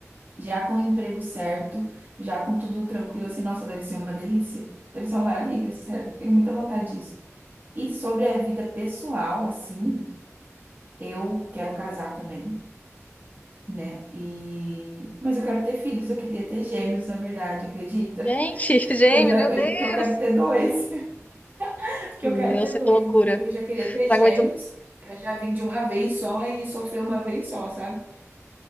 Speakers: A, on the right; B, on the left.
A: já com o emprego certo, já com tudo tranquilo, assim, nossa, deve ser uma delícia, deve ser uma maravilha, sério, tenho muita vontade disso. E sobre a vida pessoal, assim, eu quero casar também, né? E mas eu quero ter filhos, eu queria ter gêmeos, na verdade, acredita?
B: Gente,
A: <laughs>
B: <laughs> James,
A: Para já,
B: meu
A: eu-
B: Deus!
A: porque eu quero ter dois. <laughs> Porque
B: Meu,
A: eu quero ter
B: que
A: dois,
B: loucura.
A: então tipo, eu já queria ter
B: Não
A: gêmeos
B: aguento,
A: pra já vir de uma vez só e sofrer uma vez só, sabe?